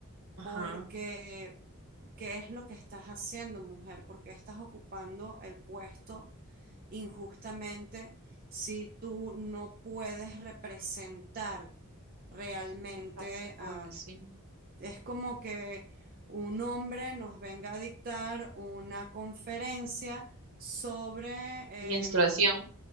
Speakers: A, on the right (about 65°); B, on the right (about 40°).
A: Ajá,
B: porque ¿qué es lo que estás haciendo, mujer? ¿Por qué estás ocupando el puesto injustamente si tú no puedes representar realmente
A: cáncer, población,
B: a es como que un hombre nos venga a dictar una conferencia sobre
A: menstruación.
B: em,